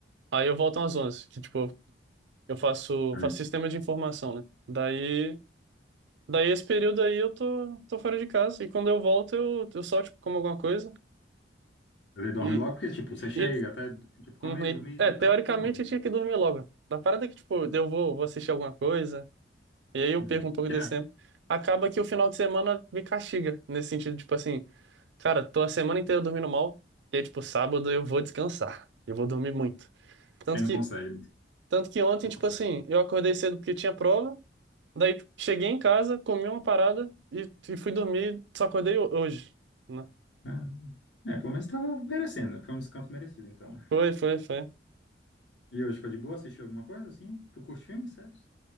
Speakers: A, on the right; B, on the left.
A: aí eu volto umas 11 que, tipo, eu faço,
B: Hum.
A: faço sistema de informação, né? Daí, daí esse período aí eu tô, tô fora de casa, e quando eu volto eu, eu só, tipo, como alguma coisa,
B: Você dorme
A: e,
B: logo porque, tipo, você chega
A: e,
B: até, tipo, comer,
A: uhum, e-
B: dormir,
A: é,
B: deitar,
A: teoricamente
B: e demora.
A: eu tinha que dormir logo. A parada é que, tipo, eu vou, vou assistir alguma coisa, E aí eu
B: Hum.
A: perco um pouco
B: É,
A: desse tempo. Acaba que o final de semana me castiga, nesse sentido, tipo assim, cara, tô a semana inteira dormindo mal, e aí, tipo, sábado eu vou descansar, eu vou dormir muito. Tanto
B: aí não
A: que,
B: consegue,
A: tanto que ontem,
B: não
A: tipo
B: consegue.
A: assim, eu acordei cedo porque tinha prova, daí tipo, cheguei em casa, comi uma parada e, e fui dormir, só acordei ho- hoje, né?
B: É, é, pelo menos tava merecendo, foi um descanso merecido, então.
A: Foi, foi, foi.
B: E hoje ficou de boa, assistiu alguma coisa, assim? Tu curte filme, sério?